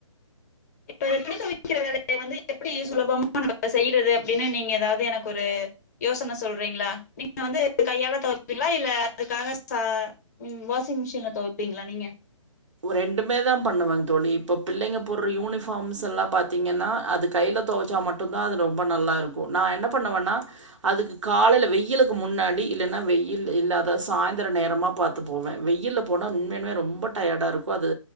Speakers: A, on the left; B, on the right.
A: இப்ப துணிதொவக்கிற வேலைய வந்து எப்டி சுலபமா நம்ப செய்றது அப்டின்னு நீங்க எதாவது எனக்கொரு யோசன சொல்றீங்ளா நீங்க வந்து கையால தொவப்பீங்களா இல்ல அதுக்காக ச ம் வாஷிங் மிஷின்ல தொவப்பீங்ளா நீங்க
B: ரெண்டுமே தா பண்ணுவாங் தோழி இப்ப பிள்ளைங் போடுற யூனிஃபார்ம்ஸ் எல்லா பாத்தீங்கேன்னா அது கைல தொவச்சா மட்டு தா அது ரொம்ப நல்லாருக்கூ நா என்ன பண்ணுவன்னா அதுக்கு காலைல வெயிலுக்கு முன்னாடி இல்லைன்னா வெயில் இல்லாத சாய்ந்தர நேரமா பாத்து போவே வெயில்ல போனா உண்மயன்மே ரொம்ப ட டயர்டாயிருக்கூ அது